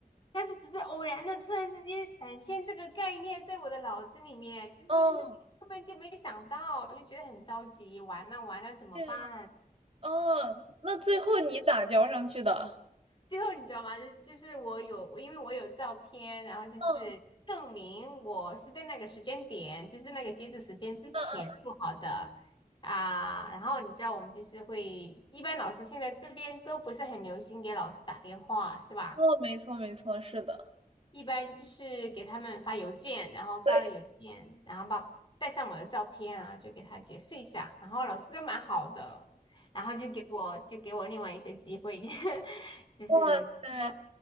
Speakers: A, on the left; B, on the right.
A: 但是只是偶然的，突然之间闪现这个概念在我的脑子里面，其实自己根本就没想到，
B: 嗯，
A: 就觉得很着急，完了完了怎么办？
B: 对样。哦，那最后你咋交上去的？
A: 最后你知道吗？就就是我有，我因为我有照片，然后就是证明我是在那个时间点，
B: 嗯
A: 就是那个截止时间之前做好的啊。
B: 嗯嗯，
A: 然后你知道我们就是会，一般老师现在这边都不是很流行给老师打电话，是吧？
B: 哦，没错没错，是的。
A: 一般就是给他们发邮件，然后发了邮件，
B: 对，
A: 然后把带上我的照片啊，然后就给他解释一下，然后老师都蛮好的，然后就给我就给我另外一个机会，<laughs> 就是说，
B: 哇塞，